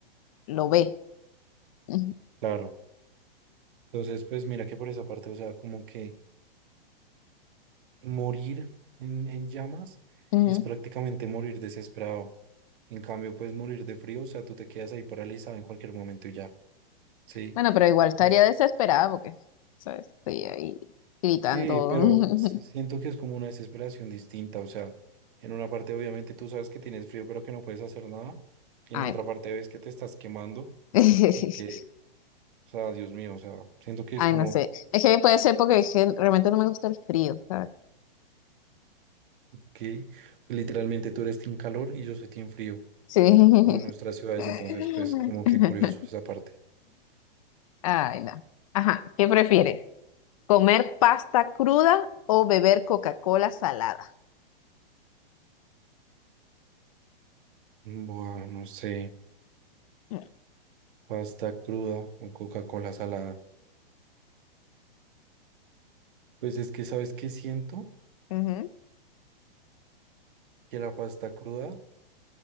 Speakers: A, on the left; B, on the right.
A: lo ve. Ujú,
B: claro, entonces pues mira que por esa parte, o sea, como que morir en, en llamas
A: ujú.
B: es prácticamente morir desesperado. En cambio, pues morir de frío, o sea, tú te quedas ahí paralizado en cualquier momento y ya, ¿sí?
A: Bueno, pero igual estaría
B: Entonces,
A: desesperada porque, ¿sabes? Estoy ahí gritando.
B: Sí, pero
A: <laughs>
B: s- siento que es como una desesperación distinta, o sea, en una parte obviamente tú sabes que tienes frío pero que no puedes hacer nada, y
A: Ay,
B: en la otra
A: no.
B: parte ves que te estás quemando
A: <laughs>
B: y que, o sea, Dios mío, o sea, siento que
A: Ay,
B: es como
A: no sé. Es que puede ser porque es que realmente no me gusta el frío, ¿sabes?
B: que literalmente tú eres team calor y yo soy team frío,
A: Sí.
B: como en nuestras
A: <laughs>
B: ciudades, entonces
A: <laughs>
B: pues como que curioso esa parte.
A: Ay, no. Ajá, ¿qué prefieres? ¿Comer pasta cruda o beber Coca-Cola salada?
B: Mm, Buah, no sé,
A: Mm,
B: pasta cruda o Coca-Cola salada. Pues es que, ¿sabes qué siento?
A: ujú.
B: Que la pasta cruda